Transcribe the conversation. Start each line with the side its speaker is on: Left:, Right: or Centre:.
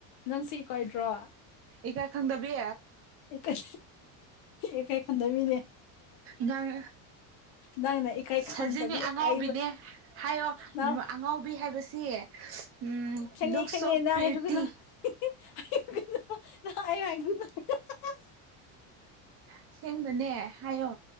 Left: ꯅꯪꯁꯦ ꯏꯀꯥꯏꯗ꯭ꯔꯣ
Right: ꯏꯀꯥꯏꯈꯪꯗꯕꯤ
Left: ꯏꯀꯥꯏ ꯏꯀꯥꯏꯈꯪꯗꯕꯤꯅꯦ
Right: ꯅꯪ
Left: ꯅꯪꯅ ꯏꯀꯥꯏ
Right: ꯁꯖꯤꯅꯤ
Left: ꯈꯪꯗꯕꯤ
Right: ꯑꯉꯥꯎꯕꯤꯅꯦ
Left: ꯑꯩꯕꯨ
Right: ꯍꯥꯏꯌꯣ
Left: ꯅꯪ
Right: ꯑꯉꯥꯎꯕꯤ ꯍꯥꯏꯕꯁꯤ ꯎꯝ
Left: ꯈꯪꯉꯦ
Right: ꯂꯨꯛ
Left: ꯈꯪꯉꯦ
Right: ꯁꯣ
Left: ꯅꯪ
Right: ꯄ꯭ꯔꯤꯇꯤ
Left: ꯍꯥꯏꯒꯅꯨ <unintelligible>
Right: ꯑꯁꯦꯡꯕꯅꯦ ꯍꯥꯏꯌꯣ